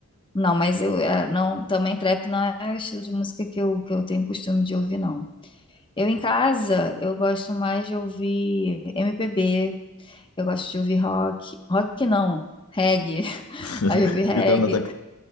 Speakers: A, on the left (about 20°); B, on the left (about 75°).
A: Não, mas eu eh, não, também trap não é o estilo de música que eu, que eu tenho costume de ouvir, não. Eu em casa, eu gosto mais de ouvir MPB, eu gosto de ouvir rock. Rock não, reggae. <laughs>
B: <laughs>
A: Aí eu ouvi reggae.
B: E tá na